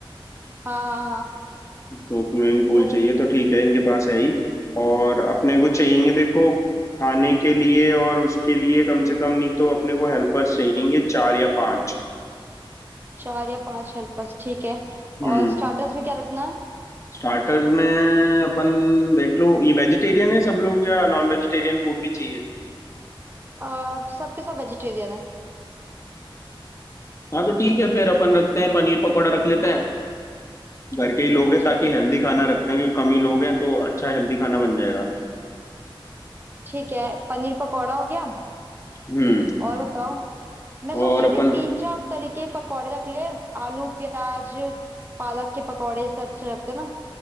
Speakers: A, on the right (about 25°); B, on the left (about 35°).
A: हाँ हाँ हाँ
B: दो स्विमिंग पूल
A: तो
B: चाहिए तो ठीक है इनके पास है ही और अपने को चाहिए देखो खाने के लिए और उसके लिए कम से कम नहीं तो अपने को हेल्पर्स चाहिए चार या पांच
A: चार या पांच हेल्पर्स ठीक है
B: हम्म
A: और स्टार्टर्स में क्या रखना है
B: स्टार्टर्स में अपन देख लो ये वेजिटेरियन है सब लोग या नॉन वेजिटेरियन फूड भी चाहिए
A: अ, सबके सब वेजिटेरियन है
B: हाँ तो ठीक है फिर अपन रखते हैं पनीर पकौड़ा रख लेते हैं घर के ही लोग हैं
A: ठीक
B: ताकि
A: है
B: हेल्दी खाना रखते हैं क्योंकि कम ही लोग हैं तो अच्छा हेल्दी खाना बन जाएगा
A: ठीक है पनीर पकौड़ा हो गया
B: हम्म
A: और बताओ मैं सोच
B: और
A: रही
B: अपन
A: थी तीन चार तरीके पकौड़े रख ले आलू प्याज पालक के पकौड़े से अच्छे लगते ना